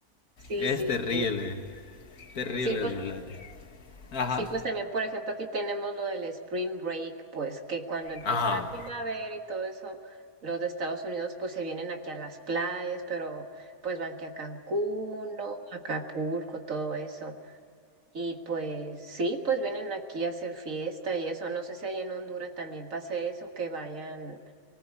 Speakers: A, on the right; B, on the left.
A: Sí,
B: Es
A: sí,
B: terrible,
A: sí.
B: terrible
A: Sí, pues
B: los latinos. Ajá.
A: Sí, pues también, por ejemplo, aquí tenemos lo del Spring Break, pues que cuando empieza
B: Ajá.
A: la primavera y todo eso, los de Estados Unidos pues se vienen aquí a las playas, pero pues van que a Cancún, ¿no? Acapulco, todo eso. Y pues sí, pues vienen aquí a hacer fiesta y eso. No sé si allá en Honduras también pase eso, que vayan.